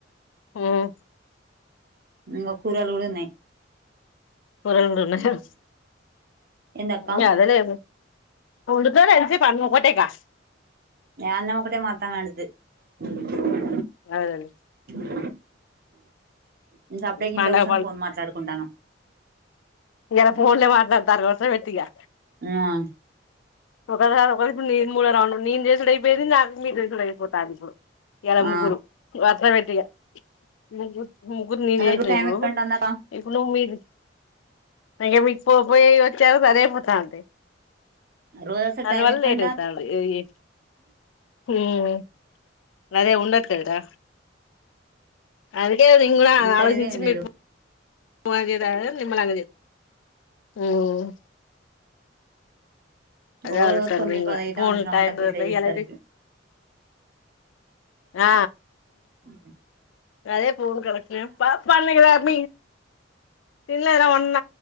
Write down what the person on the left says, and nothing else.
ఉమ్
<unintelligible>
ఇంగ అదలే వొండుతరు ఎంత సేపు అన్నం ఒటేగా
<unintelligible>
పండగ
ఇలా ఫోన్లే మాట్లాడ్తార్ వరుస పెట్టిగా
ఒకసారి ఒకడు నీను మూడో రౌండ్ నేను చేసుడు అయిపోయింది నాకు మీరు చేసుడు అయిగిపోతాంది ఇప్పుడు ఇయల
ముగ్గురు వరుస పెట్టిగా ముగ్గు ముగ్గురు నేన్
చేసిన
ఇప్పుడు
ఇప్పుడు నువ్ మీరు ఇంకా మీకు పో పోయి వచ్చేరకు సరే అయిపోతా అంటే
అందు
వల్ల
లేట్ అయితాంది ఇ ఉమ్ అదే ఉండట్లేదు రా అది నేన్ కూడా
ఆలోచించుకుని
<unintelligible> నిమ్లగతే ఉమ్ అదే
ఆలోచిస్తాన్న
నేను
కూడా ఫోన్లు
టైం కుదరట్లే
ఇయాలైతే ఆ
అదే పూన్ కడక్షిన పడి కమ తిన్లేద ఒ